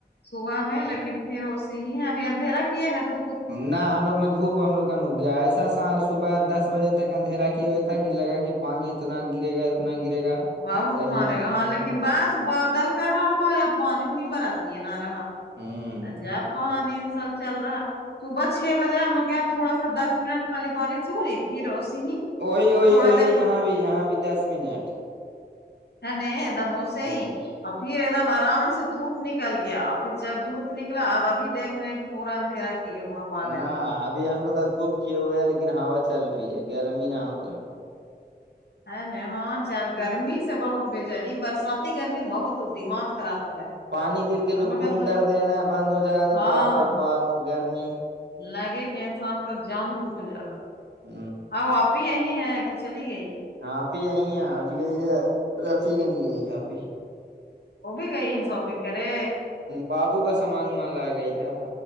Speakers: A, on the left; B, on the right.
A: صبح میں لیکن پھر ا س ہی ہے ابھی اندھی را کی یہے ہے دپ
B: نہ ہم لوگ میں دھوپ ہم لوگن اک گیا ایسا صبح دس بجے تک اندھیرا کیے ہوئے تھا کہ لگا کہ پانی اتنا گرے گا اتنا گرے گا
A: بہت
B: کہیے
A: مارے
B: مت
A: گا ہاں لیکن بس بادل کر رہا بایا پانی نہیں برا سی نہ رہا
B: ہوں
A: ا ج آب کہاں نہیں ان سب چل رہا صبح چھ بجے ہم لوگ یہاں تھوڑا سا دس منٹ خالی بارش ہوئی تھی روسی ہی
B: وہی وہی
A: تھوڑا
B: وہی یہاں بھی یہاں بھی دس منٹ
A: ہ نہیں دموسے
B: ہ
A: ہی اور پھر ایک دم آرام سے دھوپ نکل گیا اور پھر جب دھوپ نکلا اب ابھی دیکھ رہ ہیں کہ پورا اندھیرا کیے ہوا بادل
B: نہ ابھی ہم لوگ کا دھوپ کیے ہوئے ہے لیکن ہوا چل رہی ہے گرمی ہی نہ اتنا
A: ہے نہیں ہاں چار گرمی سے بہت بجاری برساتی گرمی بہت دماغ خراب کرا ہے
B: پانی گر کے
A: ہم
B: جو
A: لوگ
B: گم
A: کا تو
B: کر دے نا بند ہو جائے گا تو
A: ہاں
B: باپ رے باپ گرمی
A: لگے کہ انسان کا جان گھٹ جائے گا
B: ہ
A: اب آپ اب یہی ہے کہ چلی گئی
B: آپ ہی آئی ہیں آج گئی ہے رفی گنج گئی ہے آپ ہی
A: وہ بھی گئی ہے سب نکے
B: بابو کا سامان وامان لائے گئی ہے